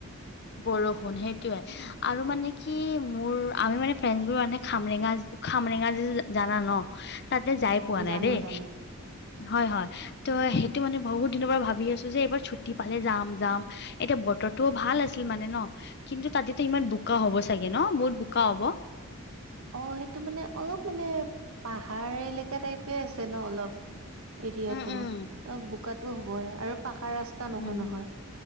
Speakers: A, on the left (about 50°); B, on the right (about 75°).
A: বৰষুণ সেইটোয়ে। আৰু মানে কি মোৰ আমি মানে ফ্ৰেড বোৰ মানে খামৰেঙা খামৰেঙা য জানা ন? তাতে যাই পোৱা নাই
B: জানো
A: দেই,
B: জানো
A: হয় হয় ত' সেইটো মানে বহুত দিনৰ পৰা ভাবি আছো যে এইবাৰ ছুটি পালে যাম যাম এতিয়া বতৰটোও ভাল আছে আছিল মানে ন কিন্তু তাতেতো ইমান বোকা হ'ব চাগে ন, মহুত বোকা হ'ব।
B: অ' সেইটো মানে অলপ মানে পাহাৰ এলেকা টাইপে আছে ন অলপ। এৰিয়াটো
A: উম উম
B: অ' বোকাতটো হ'বই আৰু পাকা ৰাস্তা নহয়
A: হম হম
B: নহয়